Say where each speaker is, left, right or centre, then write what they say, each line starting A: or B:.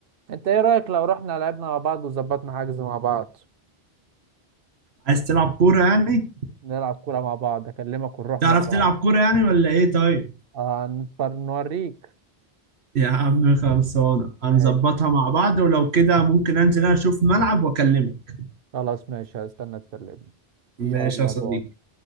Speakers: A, on the right (about 60°); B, on the right (about 80°).
A: انت ايه رايك لو رحنا لعبنا مع بعض وظبطنا حجز مع بعض
B: عايز تلعب كوره يعني
A: نلعب كوره مع بعض اكلمك ونروح
B: تعرف
A: مع بعض
B: تلعب كوره يعني ولا ايه طيب
A: آه نتفر نوريك
B: يا عم خلصانه هنظبطها
A: ماشي
B: مع بعض ولو كده ممكن انزل أنا اشوف ملعب واكلمك
A: خلاص ماشي هستنى تكلمني
B: ماشي
A: يلا
B: يا صديقي
A: باي